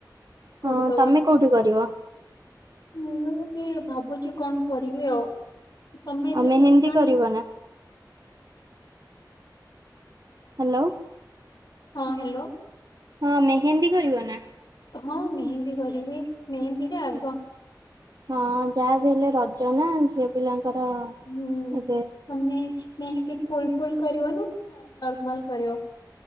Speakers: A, on the left; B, on the right.
A: କରଦବ
B: ହଁ ତମେ କୋଉଠି କରିବ
A: ମୁଁ ବି ଭାବୁଚି କଣ କରିବି ଆଉ ତମେ ଏତେ
B: ଆଉ ମେହେନ୍ଦୀ
A: ଶିଖିଲଣି
B: କରିବ ନା ହାଲୋ।
A: ହଁ ହ୍ୟାଲୋ।
B: ହଁ ମେହେନ୍ଦୀ କରିବ ନା?
A: ହଁ ମେହେନ୍ଦୀ କରିବି ମେହେନ୍ଦୀଟା ଆଗ।
B: ହଁ ଯାହା ବି ହେଲେ ରଜ ନା ଝିଅ ପିଲାଙ୍କର
A: ହୁଁ
B: ଏବେ
A: ତମେ ମେହେନ୍ଦୀ ଫୁଲ ଫୁଲ କରିବ ନା ନା ନର୍ମାଲ କରିବ?